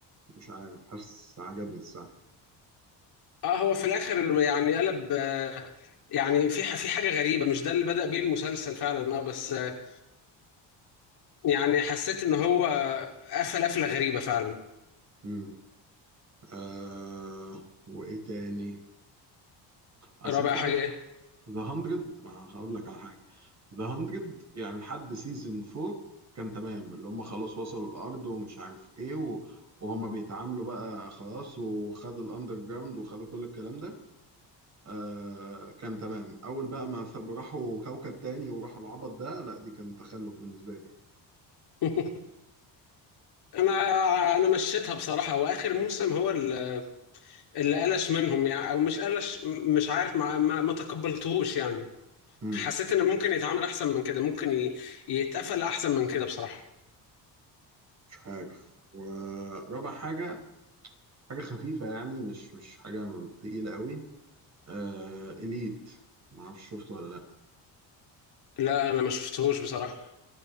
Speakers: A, on the right; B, on the left.
A: مش عارف حاسس عجبني الصراحه
B: اه هو في الاخر يعني قلب آه، يعني في ح- في حاجه غريبه مش ده اللي بدأ بيه المسلسل فعلا اه بس آه، يعني حسيت ان هو قفل قفله غريبه فعلا
A: امم آه وايه تاني اصل
B: رابع
A: انت عارف
B: حاجه ايه
A: ذا 100 ما هقول لك على حاجه ذا 100 يعني لحد سيزون 4 كان تمام اللي هم خلاص وصلوا الارض ومش عارف ايه و... وهما بيتعاملوا بقى خلاص وخدوا الاندر جراوند وخدوا كل الكلام ده آه كان تمام اول بقى ما ف- راحوا كوكب تاني وراحوا العبط ده لا دي كان تخلف بالنسبه لي
B: <laughs> انا انا مشيتها بصراحه واخر موسم هو اللي اللي قلش منهم يعني او مش قلش م- مش عارف ما ما, ما تقبلتهوش يعني
A: امم
B: حسيت ان ممكن يتعامل احسن من كده ممكن ي- يتقفل احسن من كده بصراحه
A: مش عارف ورابع حاجه حاجه خفيفه يعني مش مش حاجه تقيله قوي آه اليت ما اعرفش شفته ولا لا
B: لا انا ما شفتهوش بصراحه